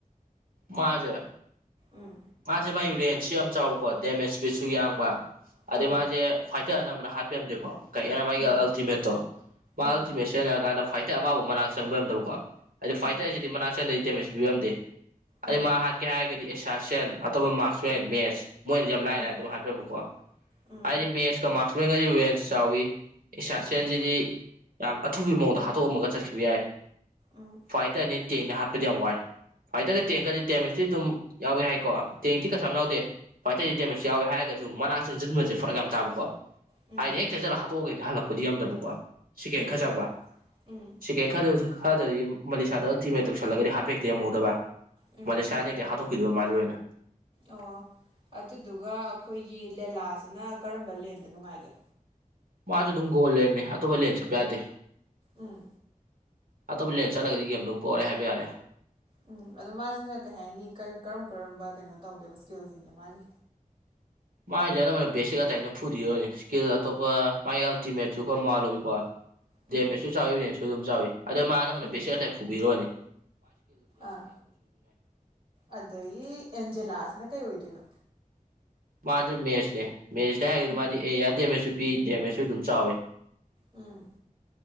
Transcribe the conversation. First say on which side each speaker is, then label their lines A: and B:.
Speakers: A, on the right; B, on the right.
A: ꯃꯥꯖꯦ
B: ꯎꯝ
A: ꯃꯥ ꯦ ꯃꯥꯒꯤ ꯔꯦꯟꯖꯁꯨ ꯌꯥꯝ ꯆꯥꯎꯕꯀꯣ ꯗꯦꯃꯦꯖ ꯄꯤꯁꯨ ꯌꯥꯡꯕ ꯑꯗꯩ
B: ꯎꯝ
A: ꯃꯥꯁꯦ ꯑꯅ ꯑꯃꯅ ꯍꯥꯞꯄꯤꯔꯝꯦꯀꯣ ꯀꯔ ꯃꯥꯒꯤ
B: ꯎꯝ
A: ꯑꯜꯇꯤꯃꯦꯠꯇꯣ ꯃꯥ
B: ꯎꯝ
A: ꯑꯜꯇꯤꯃꯦꯠ ꯁꯤꯖꯤꯟꯅꯔꯀꯥꯟꯗ ꯐꯥꯏꯇꯔ ꯑꯃꯕꯨ ꯃꯅꯥꯛ ꯆꯪꯕꯔꯝꯗꯕꯀꯣ ꯑꯗ ꯐꯥꯏꯇꯔꯁꯤꯗꯤ
B: ꯎꯝ
A: ꯃꯅꯥꯛ ꯆꯪꯗꯗꯤ ꯗꯦꯃꯦꯖ ꯄꯤꯕꯤꯔꯝꯗꯦ ꯑꯩ
B: ꯎꯝ
A: ꯃꯥ ꯍꯥꯠꯀꯦ ꯍꯥꯏꯔꯒꯗꯤ ꯑꯦꯁꯁꯤꯌꯥꯟ ꯑꯇꯣꯞꯄ ꯃꯥꯔꯛꯁꯃꯦꯟ ꯃꯦꯠꯁ ꯃꯣꯏꯅꯗꯤ ꯌꯥꯝ ꯂꯥꯏ
B: ꯎꯝ
A: ꯂꯥꯏ ꯑꯗꯨꯝ ꯍꯥꯏꯞꯔꯝꯕꯀꯣ
B: ꯎꯝ
A: ꯍꯥꯏꯗꯤ ꯃꯦꯟꯁꯀ ꯃꯥꯔꯛꯁꯃꯦꯟꯒꯗꯤ ꯋꯦꯟꯁ ꯆꯥꯎꯋꯤ ꯑꯦꯛꯁꯥꯇꯦꯟꯁꯤꯗꯤ
B: ꯎꯝ ꯎꯝ ꯎꯝ
A: ꯌꯥꯝ ꯑꯊꯨꯕ ꯃꯑꯣꯡꯗ ꯍꯥꯠꯇꯣꯛꯑꯝꯃꯒ ꯆꯠꯈꯤꯕ ꯌꯥꯏ
B: ꯎꯝ ꯎꯝ
A: ꯐꯥꯏꯇꯔꯅꯤ ꯇꯦꯡꯅ ꯍꯥꯠꯄꯗꯤ ꯌꯥꯝ ꯋꯥꯏ ꯐꯥꯏꯇꯔꯒ ꯇꯦꯡꯒꯗꯤ ꯗꯦꯃꯦꯁꯇꯤ ꯑꯗꯨꯝ ꯌꯥꯎꯋꯦ ꯍꯥꯏꯀꯣ ꯇꯦꯡꯇꯤ ꯀꯩꯁꯨ ꯌꯥꯝ ꯌꯥꯎꯗꯦ ꯄꯥꯏꯊꯩꯗꯤ ꯗꯦꯃꯦꯁ ꯌꯥꯎꯋꯦ ꯍꯥꯏꯔꯒꯁꯨ ꯃꯅꯥꯛ ꯆꯪꯁꯤꯟꯕꯁꯦ ꯐꯔꯛ ꯌꯥꯝ ꯇꯥꯕꯀꯣ
B: ꯎꯝ
A: ꯍꯥꯏꯥꯏꯗꯤ ꯍꯦ ꯆꯥꯏꯖꯂ ꯍꯥ ꯍꯣꯒꯣꯏꯦ ꯍꯂꯛ ꯄꯨꯗꯤ ꯌꯥꯝꯝꯗꯕꯀꯣ ꯁꯤꯦꯀꯦꯟ
B: ꯎꯝ
A: ꯈꯔ ꯆꯪꯕ
B: ꯎꯝ
A: ꯁꯤꯦꯀꯦꯟ ꯈꯔ ꯂꯩꯕꯁꯨ ꯈꯔꯗꯗꯤ ꯃꯥꯂꯦꯁꯤꯌꯥꯗ ꯑꯜꯇꯤꯃꯦꯠ ꯇꯧꯁꯜꯂꯒꯗꯤ ꯍꯥꯠꯄ ꯍꯦꯛꯇꯤ ꯌꯦꯝꯍꯧꯗꯕ
B: ꯎꯝ
A: ꯃꯥꯂꯦꯁꯤꯌꯥꯅ ꯍꯛꯇꯤ ꯍꯥꯠꯇꯣꯛ ꯑꯩꯣꯏꯗꯕ ꯃꯥꯁꯨ ꯑꯣꯏꯅ
B: ꯑꯣ ꯑꯗꯨꯗꯨꯒ ꯑꯩꯈꯣꯏꯒꯤ ꯂꯦꯂꯥꯁꯤꯅ ꯀꯔꯝꯕ ꯂꯦꯟꯗ ꯅꯨꯡꯉꯥꯏꯒꯦ
A: ꯃꯥꯁꯨ ꯑꯗꯨꯝ ꯒꯣꯜ ꯂꯦꯦ ꯑꯇꯣꯞꯄ ꯂꯦꯟ ꯆꯠꯄ ꯌꯥꯗꯦ
B: ꯎꯝ
A: ꯑꯇꯣꯞꯄ ꯂꯦꯟ ꯆꯠꯂꯒꯗꯤꯦꯝ ꯑꯗꯨꯝ ꯄꯔꯦ ꯍꯥꯏꯕ ꯌꯥꯔꯦ
B: ꯎꯝ ꯑꯗꯣ ꯃꯥꯁꯤꯅ ꯀꯩ ꯍꯥꯏꯅꯤ ꯀꯔꯝ ꯀꯔꯝꯕ ꯀꯩꯅꯣ ꯇꯧꯒꯦꯕ ꯏꯁꯀꯤꯜꯁꯤꯡꯒꯤ ꯃꯥꯒꯤ
A: ꯃꯥꯏꯁꯦ ꯑꯅꯝꯕꯅ ꯕꯦꯁꯤꯛ ꯑꯇꯩꯅ ꯐꯨꯗꯤꯅꯤ ꯏꯁꯀꯤꯜ ꯑꯇꯣꯞꯄ ꯃꯥꯒꯤ ꯑꯜꯇꯤꯃꯦꯠꯁꯨ ꯈꯔ ꯃꯥ ꯂꯧꯋꯤꯀꯣ
B: ꯎꯝ
A: ꯗꯦꯃꯦꯖꯁꯨ ꯆꯥꯎꯋꯤ ꯔꯦꯟꯖꯁꯨ ꯑꯗꯨꯝ ꯆꯥꯎꯋꯤ ꯑꯗ ꯃꯥꯅ ꯑꯃꯅ
B: ꯎꯝ
A: ꯕꯦꯁꯦ ꯑꯇꯩ ꯐꯨꯕꯤꯔꯛꯣꯅꯦ
B: ꯑꯥ ꯑꯗꯗꯒꯤ ꯑꯦꯟꯖꯦꯂꯥꯁꯤꯅ ꯀꯩ ꯑꯣꯏꯗꯣꯏꯅꯣ
A: ꯃꯥꯁꯨ ꯃꯦꯁꯅꯦ ꯃꯦꯠꯁꯅꯦ ꯍꯥꯏꯔꯒꯗꯤ
B: ꯎꯝ
A: ꯃꯥꯗꯤ ꯑꯦꯔꯤꯌꯥ ꯗꯦꯃꯦꯖꯁꯨ ꯄꯤ ꯗꯦꯃꯦꯖꯁꯨ ꯑꯗꯨꯝ ꯆꯥꯎꯋꯤ
B: ꯎꯝ